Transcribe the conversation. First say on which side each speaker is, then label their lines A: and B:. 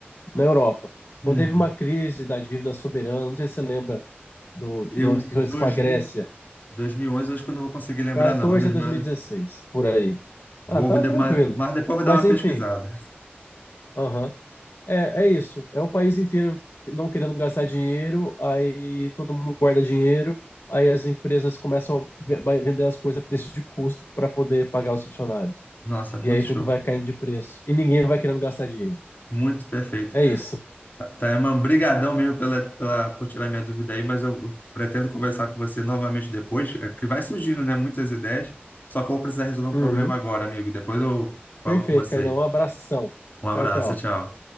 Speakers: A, on the left (about 65°); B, on the left (about 50°).
A: na Europa. Quando
B: uhum.
A: teve uma crise da dívida soberana, não sei se você lembra do,
B: Eu,
A: das questões
B: 2000,
A: com a Grécia,
B: 2011, acho que eu não vou conseguir lembrar,
A: 14
B: não. 2011,
A: a 2016, por aí.
B: vou,
A: Ah, tá tranquilo.
B: mas depois eu vou
A: Mas
B: dar uma
A: enfim,
B: pesquisada.
A: aham. É, é isso. É o país inteiro que- não querendo gastar dinheiro, aí todo mundo guarda dinheiro, aí as empresas começam a ve- vai vender as coisas a preço de custo para poder pagar os funcionários.
B: Nossa, muito
A: E aí tudo
B: show.
A: vai caindo de preço. E ninguém vai querendo gastar dinheiro.
B: Muito perfeito.
A: É isso.
B: Tayaman, brigadão mesmo pela, pela, por tirar minha dúvida aí, mas eu pretendo conversar com você novamente depois, é que vai surgindo, né, muitas ideias, só que eu vou precisar resolver um
A: Uhum.
B: problema agora, amigo. Depois eu falo
A: Perfeito,
B: com você.
A: Cainão. Um abração.
B: Um abraço,
A: Tchau, tchau.
B: tchau.